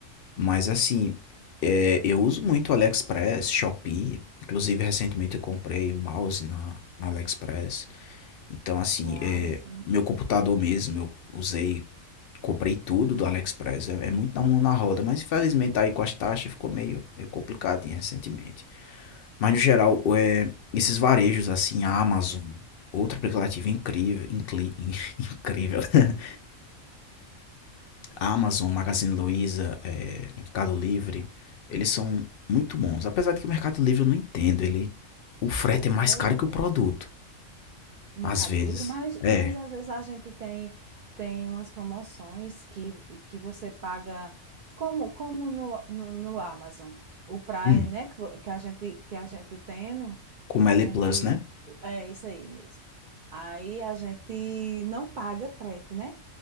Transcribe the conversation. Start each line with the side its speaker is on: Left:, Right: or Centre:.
Left: Mas assim, é, eu uso muito AliExpress, Shopee. Inclusive, recentemente eu comprei um mouse na, na AliExpress. Então, assim,
Right: Tem a
Left: é,
Right: Amazon, né?
Left: meu computador mesmo, eu usei Comprei tudo do AliExpress, é, é muito na mão na roda, mas infelizmente aí com as taxas ficou meio, meio complicadinho recentemente. Mas no geral, é, esses varejos assim, a Amazon, outro aplicativo incrível, incli- <laughs> incrível. né? A Amazon, Magazine Luiza, é, Mercado Livre, eles são muito bons. Apesar de que o Mercado Livre eu não entendo, ele, o
Right: Já
Left: frete
Right: comprei
Left: é mais
Right: em todos
Left: caro que
Right: eles.
Left: o produto,
Right: no
Left: às
Right: Mercado
Left: vezes.
Right: Livre, mas,
Left: É,
Right: mas às vezes a gente tem, tem umas promoções que, que você paga, como, como no, no, no Amazon, o Prime,
Left: hum,
Right: né? Que, vo- que a gente, que a gente tendo,
Left: como
Right: a
Left: L
Right: gente.
Left: Plus, né?
Right: É isso aí mesmo. Aí a gente não paga frete, né?